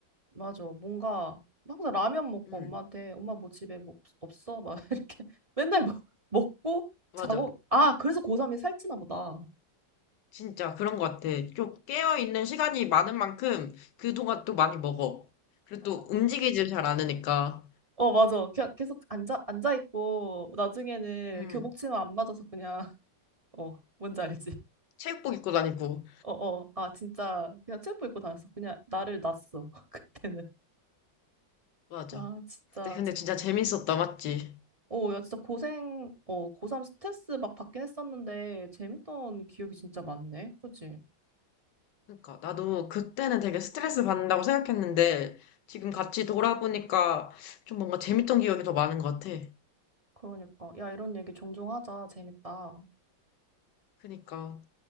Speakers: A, on the right (about 25°); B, on the left (about 70°).
A: 맞아. 뭔가 항상 라면 먹고
B: 음,
A: 엄마한테 엄마 뭐 집에 뭐 없- 없어 막 <laughs> 이렇게 맨날 먹 먹고
B: 맞아.
A: 자고 아 그래서 고3이 살찌나 보다.
B: 진짜 그런 것 같아. 좀 깨어있는 시간이 많은 만큼 그동안 또 많이 먹어. 그리고 또 움직이질 잘 않으니까.
A: 어 맞아. 그냥 계속 앉아 앉아 있고 나중에는
B: 음,
A: 교복 치마 안 맞아서 그냥 <laughs> 어 뭔지 알지?
B: 체육복 입고 다니고.
A: 어어 아 진짜 그냥 체육복 입고 다녔어 그냥 나를 놨어 <laughs> 그때는
B: 맞아.
A: 아 진짜
B: 그때 근데
A: 제...
B: 진짜 재밌었다, 맞지?
A: 어야 진짜 고생 어 고3 스트레스 막 받긴 했었는데 재밌던 기억이 진짜 많네 그치
B: 그러니까 나도 그때는 되게 스트레스 받는다고 생각했는데 지금 같이 돌아보니까 좀 뭔가 재밌던 기억이 더 많은 것 같아.
A: 그러니까 야 이런 얘기 종종 하자 재밌다
B: 그러니까